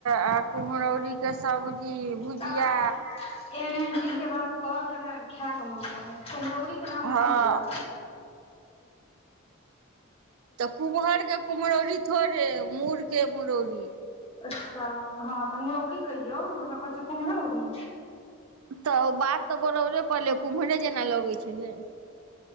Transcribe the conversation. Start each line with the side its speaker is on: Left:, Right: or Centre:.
Right: आ कुमहरौरी के सब्जी भुजिया
Left: तब अहाँ एहन एहन चीज के बात कहब जे हमरा खायके मोन भ जैत कुमहरौरी के नाम नय
Right: हँ
Left: लिअ
Right: तऽ कुम्हर कुम्हरौरी थोड़े मुर के मुरौरी
Left: अच्छा हँ तऽ हँ तऽ मुरौरी कहियौ अहाँ कह छ कुम्हरौरी
Right: तऽ ओ बात तऽ बोरबरे परले कुम्हरे जेना लगै छै ने